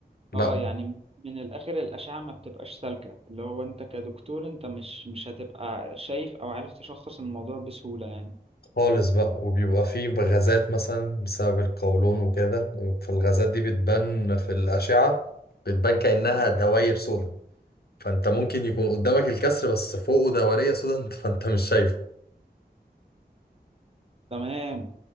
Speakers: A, on the left (about 65°); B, on the right (about 35°).
A: لا
B: اه يعني من الاخر الاشعه ما بتبقاش سالكه اللي هو انت كدكتور انت مش مش هتبقى شايف او عارف تشخص الموضوع بسهوله يعني
A: خالص بقى وبيبقى فيه غازات مثلا بسبب القولون وكده فالغازات دي بتبان في الأشعة بتبان كأنها دواير سودا فأنت ممكن يكون قدامك الكسر بس فوقه دورية سودا انت- <laughs> فأنت مش شايفه
B: تمام